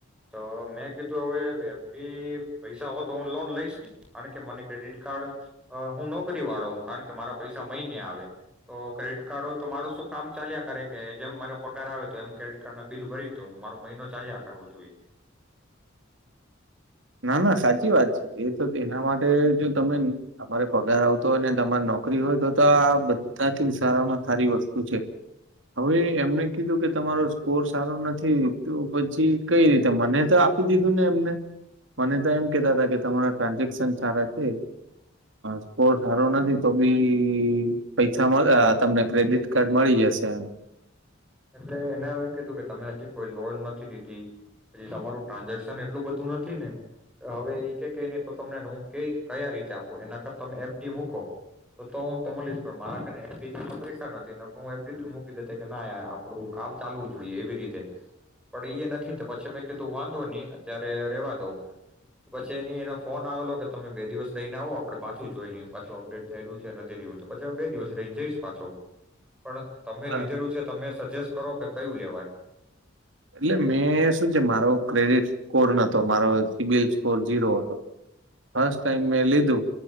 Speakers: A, in the centre; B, on the right.
A: તો મેં કીધું હવે એફડી પૈસા હો તો હું લોન લઈશ નહી કારણકે મને ક્રેડિટ કાર્ડ હું નોકરી વાળો કારણ કે મારા પૈસા મહિને આવે તો ક્રેડિટ કાર્ડ કાઢુ‌ તો મારું શું કામ ચાલ્યા કરે કે જેમ મારો પગાર આવે તો એમ ક્રેડિટ કાર્ડ ના બિલ ભરી તો હું મારો મહિનો ચાલ્યા કરવો જોઈએ.
B: ના ના સાચી વાત છે. એ તો એના માટે જો તમે તમારે પગાર આવતો હોય ને તમારે નોકરી હોય તો તો આ બધાથી સારામાં સારી વસ્તુ છે હવે એમને કીધું કે તમારો સ્કોર સારો નથી પછી કઈ રીતે મને તો આપી દીધું ને એમને મને તો એમ કતા હતા કે તમારા ટ્રાન્ઝેક્શન સારા છે સ્કોર સારો નથી તો બી પૈસા તમને ક્રેડિટ કાર્ડ મળી જશે એમ
A: એટલે એનેમ એમ કીધું કે તમે હજી કોઈ લોન નથી લીધી પ તમારું ટ્રાન્ઝેક્શન એટલું બધું નથી ને હવે એ કે ક નહી તો તમને હું ક કયા રીતે આપું એના કરતા તમે એફડી મૂકો તો તો હું મળીશ પણ મારા એફડી જેટ પૈસા નથી હું એફડી મૂકી દેતી કે ના યાર આપડું કામ ચાલવું જોઈએ એવી રીતે પણ એ નથી તો પછી મેં કીધું વાંધો નહી અત્યારે રેવા દઉં પછી એની એનો ફોન આવેલો કે તમે બે દિવસ રહીને આવો આપડણે પાછું જોઈ લ પાછું અપડેટ થયેલું છે નથી થવું તો પછી હું બે દિવસ રહીને જઈશ પાછો. પણ તમે
B: બરા
A: લીધેલું છે. જેસ્ટ કરો કે કયું લેવાય.
B: એટલે મેં શું છે મારો ક્રેડિટ સ્કોર નતો મારો સીબિલ સ્કોર ઝીરો હતો ફસ્ટ ટાઈમ મેં લીધું